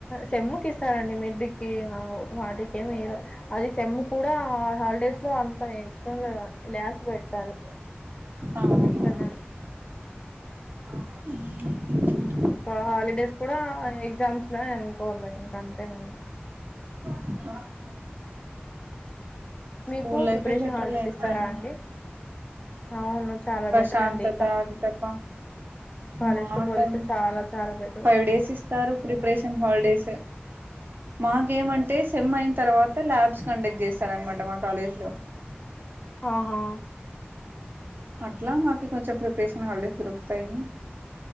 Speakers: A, on the left; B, on the right.
A: సెమ్ముకి ఇస్తారండి మిడ్డుకి వాటికి ఏమి ఇవ్వరు అది సెమ్ముకి కూడా హాలిడేస్ లో అంత ఎక్స్టర్నల్ లాబ్స్ పెడతారు
B: అవునా
A: ఎక్స్టర్నల్
B: ఊ
A: ఆ హాలిడేస్ కూడా ఎగ్జామ్స్ లో అనుకోవాలి ఇంకా అంతే మేము
B: ఒకే స్కూల్
A: మీకు
B: లైఫే
A: ప్రిపరేషన్
B: బెటర్
A: హాలిడేస్
B: లే ఎంత
A: ఇస్తారా
B: అయినా
A: అండి అవును చాలా
B: ప్రశాంతత
A: బెటర్ అండి కా
B: అది తప్ప
A: కాలేజ్
B: మా
A: తో పోలిస్తే
B: కా
A: చాలా చాలా బెటర్
B: ఫైవ్ డేస్ ఇస్తారు ప్రిపరేషన్ హాలిడేస్ మాకేమం సెమ్ అయిన తర్వాత ల్యాబ్స్ కండెక్ట్ చేస్తారనమాట మా కాలేజ్ లో
A: ఆహా
B: అట్లా మాకు కొంచం ప్రిపరేషన్ హాలిడేస్ దొరుకుతాయి